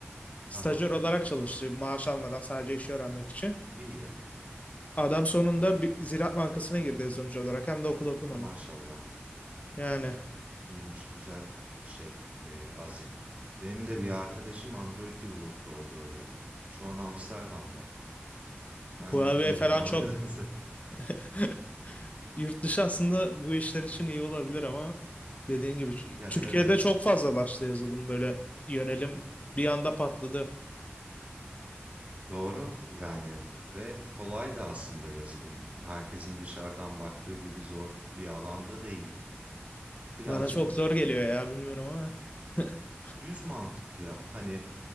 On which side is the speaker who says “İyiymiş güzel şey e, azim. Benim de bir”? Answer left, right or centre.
Right